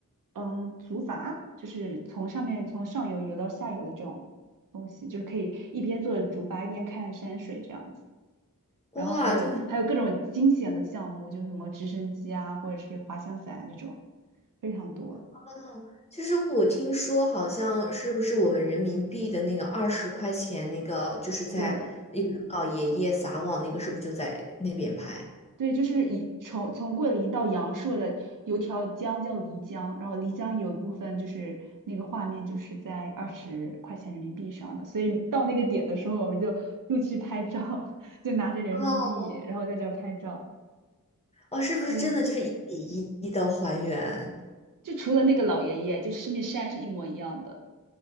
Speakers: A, on the right (about 65°); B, on the left (about 20°).
A: 嗯竹筏，就是从上面从上游游到下游的这种东西，就是可以一边坐着竹筏一边看山水这样子。
B: 哇，
A: 然后还有还有各种惊险的项目，
B: 听起来
A: 就是什么直升机啊，或者是滑翔伞啊这种，非常多。
B: 哦，就是我听说好像是不是我们人民币的那个二十块钱那个，就是在一个老爷爷撒网那个，
A: 对的。
B: 是不是就在那边拍？
A: 对，就是以从从桂林到阳朔的有条江叫漓江，然后漓江有一部分就是那个画面就是在二十块钱人民币上的，所以到那个点的时候，我们就又去拍照，<laughs> 就拿着人民币，
B: 哦
A: 然后在这儿拍照。
B: 哦，是不是真的就是一比一的还原？
A: 对，就除了那个老爷爷，就上面山是一模一样的。